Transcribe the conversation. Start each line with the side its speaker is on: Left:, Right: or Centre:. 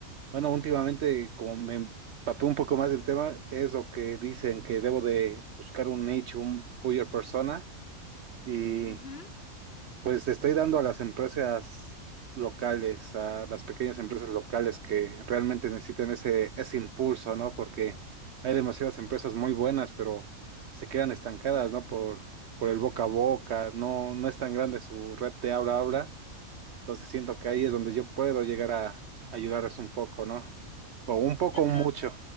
Right: bueno, últimamente como me empapé un poco más del tema, es lo que dicen que debo de buscar un nicho, un buyer persona. y
Left: Ujú.
Right: Pues estoy dando a las empresas locales, a las pequeñas empresas locales que realmente necesitan ese, ese impulso, ¿no? Porque hay demasiadas empresas muy buenas, pero se quedan estancadas, ¿no? Por, por el boca a boca, no, no es tan grande su red de habla a habla. Entonces siento que ahí es donde yo puedo llegar a ayudarles un poco, ¿no? O un poco
Left: Yo
Right: o
Left: creo
Right: mucho.